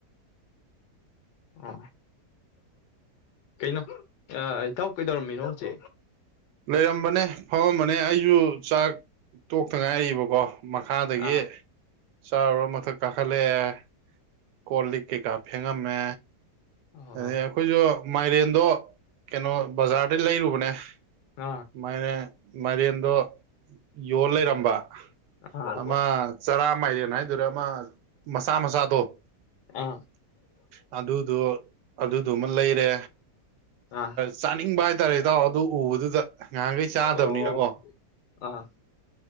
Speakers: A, on the left; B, on the right.
A: ꯑ ꯀꯩꯅꯣ ꯏꯇꯥꯎ ꯀꯩꯗꯧꯔꯝꯃꯤ ꯅꯣꯁꯦ
B: ꯂꯩꯔꯝꯕꯅꯦ ꯐꯃꯝꯕꯅꯦ ꯑꯩꯁꯨ ꯆꯥꯛ ꯇꯣꯛꯇ ꯉꯥꯏꯕꯀꯣ ꯃꯈꯥꯗꯒꯤ
A: ꯑꯥ
B: ꯆꯥꯔꯨꯔ ꯃꯊꯛ ꯀꯥꯈꯠꯂꯛꯑꯦ ꯀꯣꯜ ꯂ ꯀ ꯀꯥꯄꯤꯤꯒ ꯃ
A: ꯑꯣ
B: ꯑꯗꯩ ꯑꯩꯈꯣꯏꯁꯨ ꯃꯥꯏꯔꯦꯟꯗꯣ ꯀꯩꯅꯣ ꯕꯖꯥꯔꯗꯩ ꯂꯩꯔꯨꯕꯅꯦ
A: ꯑꯥ
B: ꯃꯅꯦ ꯃꯔꯤꯑꯗꯣ ꯌꯣ ꯂꯩꯔꯝꯕ
A: ꯑꯥ
B: ꯑꯃ ꯆꯔꯥ ꯑꯃꯥꯏꯗꯅ ꯑꯗꯨꯗꯨꯔ ꯑꯃ ꯃꯆꯥ ꯃꯆꯥꯗꯣ
A: ꯑꯥ
B: ꯑꯗꯨꯗꯣ ꯑꯗꯨ ꯑꯗꯨꯃ ꯂꯩꯔꯦ
A: ꯑꯥ
B: ꯆꯥꯅꯤꯡꯕ ꯍꯥꯏꯇꯥꯔꯦ ꯏꯇꯥꯎ ꯑꯗꯨ ꯎꯕꯗꯨꯗ ꯉꯍꯥꯟꯈꯩ ꯆꯥꯗꯕꯅꯤꯅꯀꯣ
A: ꯑꯣ ꯑꯥ